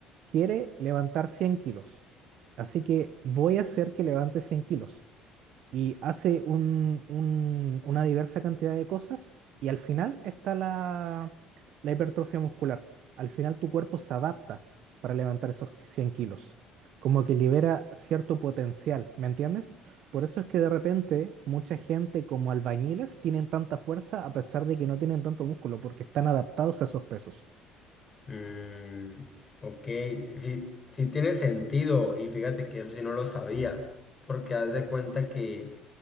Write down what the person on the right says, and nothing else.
quiere levantar 100 kilos, así que voy a hacer que levante 100 kilos y hace un- un- una diversa cantidad de cosas y al final está la, la hipertrofia muscular. Al final tu cuerpo se adapta para levantar esos 100 kilos, como que libera cierto potencial, ¿me entiendes? Por eso es que de repente mucha gente como albañiles tienen tanta fuerza a pesar de que no tienen tanto músculo, porque están adaptados a esos pesos.